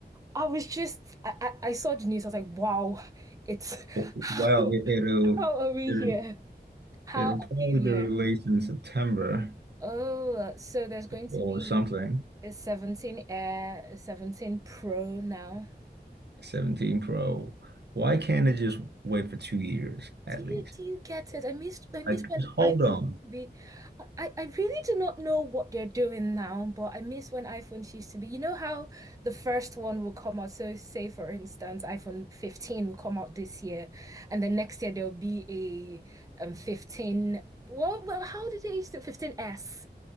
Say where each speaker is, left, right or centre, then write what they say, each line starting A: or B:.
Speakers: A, on the right; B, on the right.
A: I was just I, I, I saw the news, I was like, wow, it's
B: Well,
A: <laughs> how,
B: it, it'll
A: how are we
B: it'll
A: here? How
B: It'll
A: are
B: probably
A: we
B: be
A: here?
B: released in September
A: Oh, so there's going to
B: or
A: be
B: something.
A: a 17 Air, a 17 Pro now.
B: 17 Pro. Why can't it just wait for two years at
A: Do you
B: least?
A: do you get it? I missed I miss
B: Like,
A: when
B: just hold
A: iPhones
B: on.
A: used to be. I, I really do not know what they're doing now, but I miss when iPhones used to be. You know how the first one will come out. So say for instance, iPhone 15 will come out this year, and the next year there'll be a um 15. Well, well, how did they used to fifteen S?